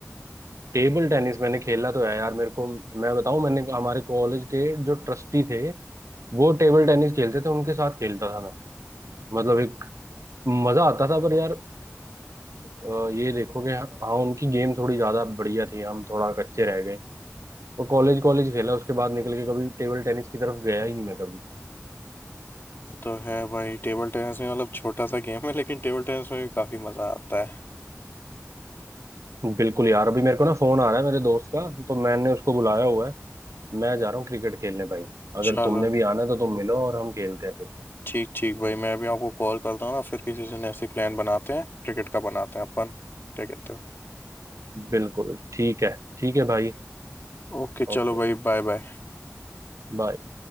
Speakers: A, on the right; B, on the left.
A: टेबल टेनिस मैंने खेला तो है यार मेरे को मैं बताऊं मैंने हमारे कॉलेज के जो ट्रस्टी थे वो टेबल टेनिस खेलते थे उनके साथ खेलता था मैं मतलब एक मजा आता था पर यार अ, ये देखो कि हाँ उनकी गेम थोड़ी ज्यादा बढ़िया थी हम थोड़ा कच्चे रह गए वो कॉलेज कॉलेज खेला उसके बाद निकल के कभी टेबल टेनिस की तरफ गया ही नहीं मैं कभी
B: ये तो है भाई टेबल टेनिस में मतलब छोटा सा गेम है लेकिन टेबल टेनिस में भी काफी मजा आता है
A: बिल्कुल यार अभी मेरे को ना फोन आ रहा है मेरे दोस्त का तो मैंने उसको बुलाया हुआ है मैं जा रहा हूँ क्रिकेट खेलने भाई अगर
B: चलो
A: तुमने भी आना है तो तुम मिलो और हम खेलते हैं फिर
B: ठीक ठीक भाई मैं अभी आपको कॉल करता हूँ ना फिर किसी दिन ऐसे प्लान बनाते हैं क्रिकेट का बनाते हैं अपन क्या कहते हो
A: बिल्कुल ठीक है ठीक है भाई
B: ओके चलो
A: Okay
B: भाई बाय बाय
A: bye